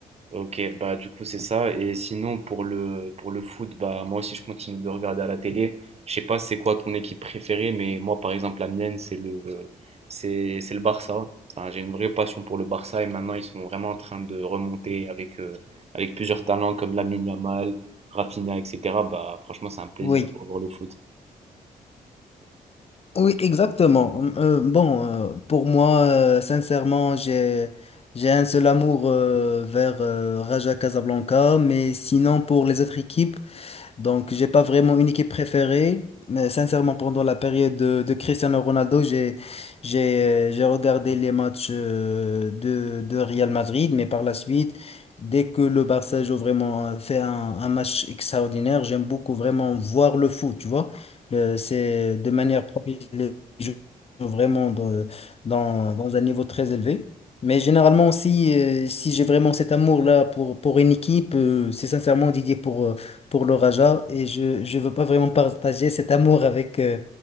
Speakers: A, on the right; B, on the left.
A: Ok, bah du coup c'est ça. Et sinon pour le pour le foot, bah moi aussi je continue de regarder à la télé. Je sais pas c'est quoi ton équipe préférée, mais moi par exemple la mienne c'est le c'est c'est le Barça. Enfin j'ai une vraie passion pour le Barça et maintenant ils sont vraiment en train de remonter avec euh, avec plusieurs talents comme Lamine Yamal, Rafinha, etc. Bah franchement c'est un plaisir
B: Oui,
A: de revoir le foot.
B: oui, exactement. Hum, Euh, bon, euh, pour moi, euh, sincèrement, j'ai j'ai un seul amour euh, vers euh, Raja Casablanca, mais sinon pour les autres équipes, donc, j'ai pas vraiment une équipe préférée, mais sincèrement, pendant la période de, de Cristiano Ronaldo, j'ai j'ai euh, j'ai regardé les matchs euh, de de Real Madrid, mais par la suite, dès que le Barça joue vraiment euh, fait un, un match extraordinaire, j'aime beaucoup vraiment voir le foot, tu vois. Le- C'est de manière professionnelle, je joue vraiment dans, dans dans un niveau très élevé. Mais généralement aussi, euh, si j'ai vraiment cet amour-là pour, pour une équipe, euh, c'est sincèrement dédié pour, euh, pour le Raja et je je veux pas vraiment partager cet amour avec euh,